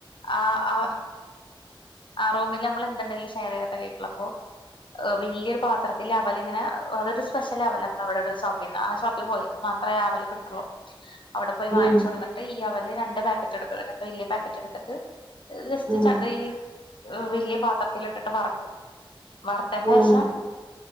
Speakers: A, on the left; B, on the right.
A: ആ ആ ആ റൂമില് നമ്മളെന്ത്‌ണ്ടെങ്കിലും ഷെയറൈതി ട്ടെ കഴിക്കൊള്ളൂ അപ്പോ ഏ വെല്ല്യൊരു പാത്രത്തില് അവലിങ്ങനെ അതൊരു സ്പേഷ്യല വലാ <unintelligible> അവടെതൊരു ഷോപ്പിന്ന് ആ ഷോപ്പി പോയി മാത്രേ അവില് കിട്ടൊള്ളൂ അവടെ പോയി വാങ്ങിച്ച്
B: ഉം
A: കൊട്ന്ന്ട്ട് ഈ അവല് രണ്ട് പക്കറ്റെട്ത്ത് രണ്ട് വെല്ല്യ പാക്കറ്റെടുത്തിട്ട് ജെസ്റ്റ്
B: ഉം
A: ചാ വെ അ് വെല്ല്യ പാത്രത്തിലിട്ട് ട്ട് വറക്കും വറത്തേൻ്റെഷം
B: ഉം